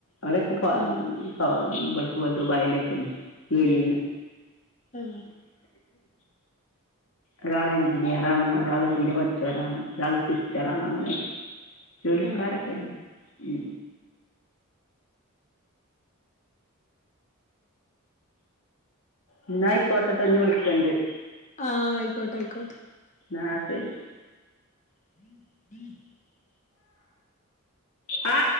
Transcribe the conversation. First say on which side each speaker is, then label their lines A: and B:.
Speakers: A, on the left; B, on the left.
A: അണേക്കപ്പ <unintelligible>
B: ആ ആ
A: ബടുക്കവാ ദു ബായിലക്കെയാണ്. വെളീന്ന്
B: ഉഹ
A: ഒരാൾ എഞ്ചിനീയറാണ് ഒരാൾ തില് പഠിച്ചവരാണ് ഒരാൾ സിസ്റ്ററ ആണ് അങ്ങനെയൊക്കെ ജോലിക്കാരൊക്കെയാണ്
B: ആ
A: ഉം എന്ന ആയിക്കോട്ടത്തഞ്ഞഞ് വിളിക്കണ്ട്
B: ആഹ ആയിക്കോട്ടെ ആയിക്കോട്ടെ
A: ആഹ ശരി
B: <unintelligible>
A: <unintelligible> ആ